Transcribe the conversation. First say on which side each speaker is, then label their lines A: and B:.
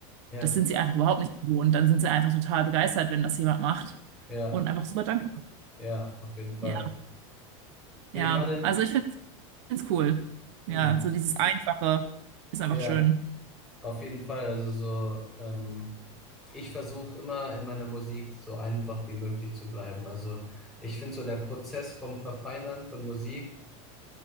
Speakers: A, in the centre; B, on the right.
A: ja,
B: das sind sie einfach überhaupt nicht gewohnt. Dann sind sie einfach total begeistert, wenn das jemand macht
A: ja,
B: und einfach super dankbar.
A: ja, auf jeden Fall.
B: Ja,
A: Wie
B: ja.
A: war denn,
B: Also ich finde Find's cool.
A: hm,
B: Ja, so dieses Einfache ist einfach
A: ja,
B: schön.
A: auf jeden Fall. Also so, ähm, ich versuche immer in meiner Musik so einfach wie möglich zu bleiben. Also ich finde so der Prozess vom Verfeinern von Musik